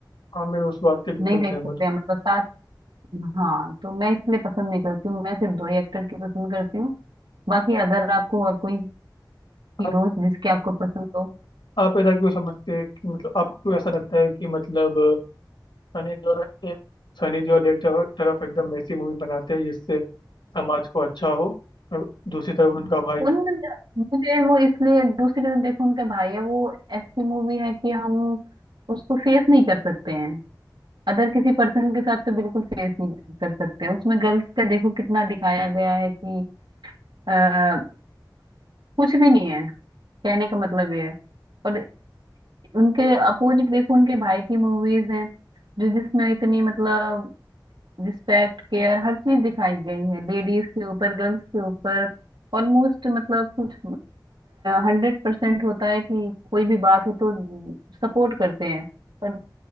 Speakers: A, on the left (about 80°); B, on the right (about 75°).
A: हाँ मैं उस बात से बिल्कुल
B: नहीं देख
A: सहमत
B: सकते हैं मतलब साथ हाँ तो मैं इसलिए पसंद नहीं करती हूँ मैं सिर्फ दो ही एक्टर की पसंद करती हूँ बाकी अदर आपको और कोई हीरोज
A: हूँ
B: जिसके आपको पसंद हो
A: आप ऐसा क्यों समझते हैं कि मतलब आपको क्यों ऐसा लगता है कि मतलब सनी देओल एक- सनी देओल एक तरफ तरफ एकदम ऐसी मूवी बनाते हैं जिससे समाज को अच्छा हो और दूसरी तरफ उनका भाई
B: उन मुझे वो इसलिए दूसरी तरफ देखो उनका भाई है वो ऐसी मूवी है कि हम उसको फेस नहीं कर सकते हैं अदर किसी पर्सन के साथ तो बिल्कुल फेस नहीं कर सकते हैं उसमें गर्ल्स का देखो कितना दिखाया गया है कि आ, कुछ भी नहीं है कहने का मतलब ये है और उनके अपोजिट देखो उनके भाई की मूवीज हैं जो जिसमें इतनी मतलब रिस्पेक्ट केयर हर चीज दिखाई गई है लेडीज के ऊपर गर्ल्स के ऊपर ऑलमोस्ट मतलब कुछ हंड्रेड परसेंट होता है कि कोई भी बात हो तो सपोर्ट करते हैं और